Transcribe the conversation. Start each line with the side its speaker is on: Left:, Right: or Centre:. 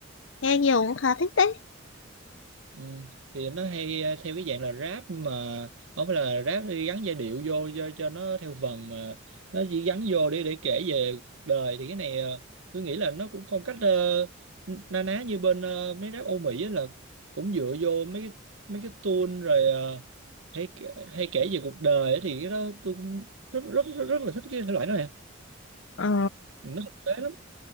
Left: nghe nhiều cũng khá thích đấy.
Right: ừ. thì nó hay ờ, theo cái dạng là rap nhưng mà không phải là rap thì gắn giai điệu vô cho cho nó theo vần mà nó chỉ gắn vô để để kể về cuộc đời thì cái này ờ, tôi nghĩ là nó cũng phong cách ờ, na ná như bên ờ, mấy rap Âu Mỹ á là cũng dựa vô mấy cái mấy cái tune rồi ờ, hay kể- hay kể về cuộc đời á thì cái đó tôi cũng rất rất rất, rất là thích cái thể loại đó nè
Left: Ờ,
Right: Ừ, nó thực tế lắm